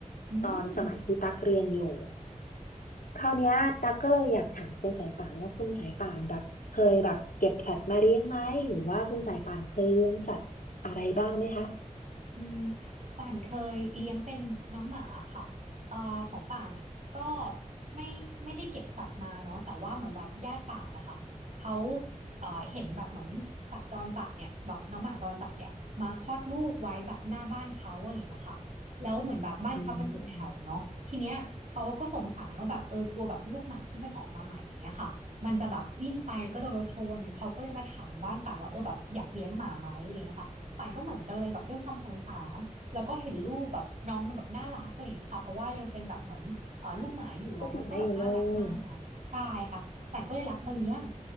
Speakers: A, on the right; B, on the left.
A: อืม
B: ตอนสมัยที่ตักเรียนอยู่คราวเนี้ยตักก็เลยอยากถามคุณสายป่านว่าคุณสายป่านแบบเคยแบบเก็บสัตว์มาเลี้ยงไหมหรือว่าคุณสายป่านเคยเลี้ยงสัตว์อะไรบ้างไหมคะ
A: อืมป่านเคยเลี้ยงเป็นน้องหมาค่ะเอ่อของป่านอ่ะก็ไม่ไม่ได้เก็บสัตว์มาเนาะแต่ว่าเหมือนแบบญาติป่านนะคะเขาเอ่อเห็นแบบเหมือนสัตว์จรจัดเนี่ยแบบน้องหมาจรจัดเนี่ยมาคลอดลูกไว้แบบหน้าบ้านเขาอะไรอย่างเงี้ยค่ะแล้วเหมือนแบบบ้านเขาเป็นตึกแถวเนาะทีเนี้ยเขาก็สงสารว่าแบบเออกลัวแบบลูกหมาที่มันออกมาใหม่อย่างเงี้ยค่ะมันจะแบบวิ่งไปแล้วก็โดนรถชนเขาก็เลยมาถามบ้านป่านว่าเออแบบอยากเลี้ยงหมาไหมอะไรอย่างเงี้ยค่ะ
B: อืม
A: ป่านก็เหมือนกันเลยแบบด้วยความสงสารแล้วก็เห็นลูกแบบน้องแบบน่ารักอะไรอย่างเงี้ยค่ะเพราะว่ายังเป็นแบบเหมือนเอ่อลูกหมาอยู่เน้องมันก็แบบน่ารักมากใช่ค่ะป่านก็เลยรับมาเลี้ยง
B: ลูกหมาอยู่เลย